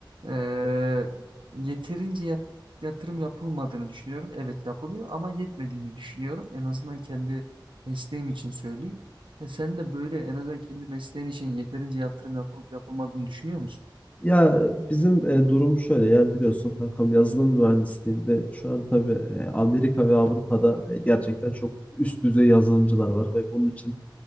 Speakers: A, on the right (about 75°); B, on the left (about 15°).
A: Ee, yeterince yat- yatırım yapılmadığını düşünüyorum. Evet yapılıyor ama yetmediğini düşünüyorum. En azından kendi mesleğim için söyleyeyim. E, sen de böyle en azından kendi mesleğin için yeterince yatırım yapılıp yapılmadığını düşünüyor musun?
B: Ya bizim e, durum şöyle yani biliyorsun kankam yazılım mühendisliğinde şu an tabii e, Amerika ve Avrupa'da e, gerçekten çok üst düzey yazılımcılar var ve bunun için